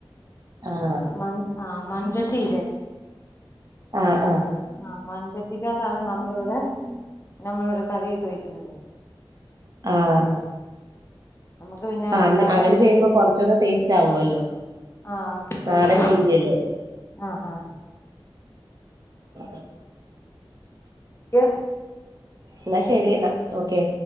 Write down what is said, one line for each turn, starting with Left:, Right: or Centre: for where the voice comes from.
Right: ആഹ്
Left: മ ആഹ മഞ്ച ജേ
Right: ആഹ് ആഹ്
Left: ആഹ മഞ്ചത്ത് കത്തിിക്കാത്താണ് നമ്മളിവിടെ നമ്മളിവിടെ കറൊക്കെ വെക്കുന്നത്
Right: ആഹ
Left: നമുക്ക് പിന്നെ
Right: ആ
Left: അല്ലാതെ
Right: അങ്ങനെ ചെയ്യുമ്പോ കൊറച്ചൂടെ ടേസ്റ്റ് ആവുമല്ലോ
Left: ആഹക്കെശ
Right: നാടൻ രീതിയല്ലേ
Left: ആഹ ആഹ
Right: ഉ
Left: ക്ക്
Right: എന്നാ ശെരി എന്നാ ഓക്കെ